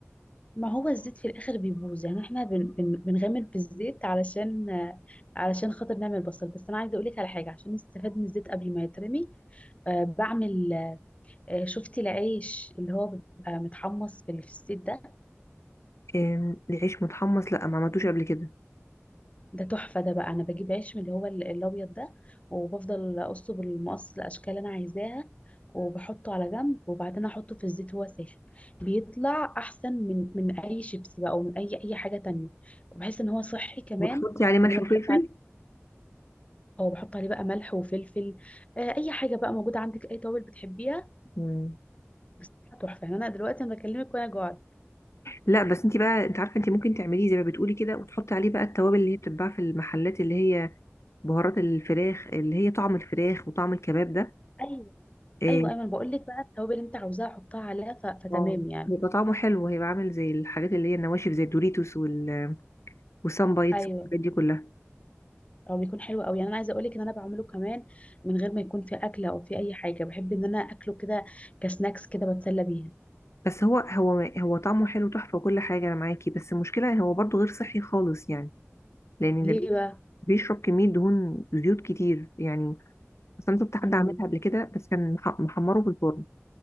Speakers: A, on the left; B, on the left.
A: ما هو الزيت في الاخر بيبوظ يعني احنا بن بن بنغامر في الزيت علشان آه، علشان خاطر نعمل بصل بس انا عايزه اقول لك على حاجه عشان نستفاد من الزيت قبل ما يترمي آه، بعمل آه، شفتي العيش اللي هو بيبقى متحمص في الزيت ده
B: أم، العيش متحمص لا ما عملتوش قبل كده
A: ده تحفة ده بقى أنا بجيب عيش من اللي هو ال- الأبيض ده وبفضل أقصه بالمقص الأشكال اللي أنا عايزاها وبحطه على جنب وبعدين أحطه في الزيت وهو ساخن بيطلع أحسن من من أي شيبسي بقى أو من أي أي حاجة تانية وبحس إن هو صحي كمان
B: وتحطي عليه ملح
A: وإن أنا بحط
B: وفلفل
A: عليه أو بحط عليه بقى ملح وفلفل آه، أي حاجة بقى موجودة عندك أي توابل بتحبيها
B: مم.
A: بس تحفة يعني أنا دلوقتي أنا بكلمك وأنا جوعت
B: لا بس انت بقى انت عارفه انت ممكن تعمليه زي ما بتقولي كده وتحطي عليه بقى التوابل اللي هي بتتباع في المحلات اللي هي بهارات الفراخ اللي هي طعم الفراخ وطعم الكباب ده
A: أيوه
B: آه،
A: أيوه أيمن بقول لك بقى التوابل اللي أنت عاوزاها حطها عليها ف... فتمام
B: اه
A: يعني
B: هيبقى طعمه حلو هيبقى عامل زي الحاجات اللي هي النواشف زي الدوريتوس وال والسان بايتس
A: أيوه
B: والحاجات دي كلها
A: او بيكون حلو قوي يعني انا عايزه اقول لك ان انا بعمله كمان من غير ما يكون في اكله او في اي حاجه بحب ان انا اكله كده كسناكس كده بتسلى بيها
B: بس هو هو هو طعمه حلو تحفه وكل حاجه انا معاكي بس المشكله هو برضه غير صحي خالص يعني لان
A: ليه
B: ده بي-
A: بقى
B: بيشرب كميه دهون زيوت كتير يعني اصلا شفت حد
A: امم
B: عملها قبل كده بس كان مح- محمره في الفرن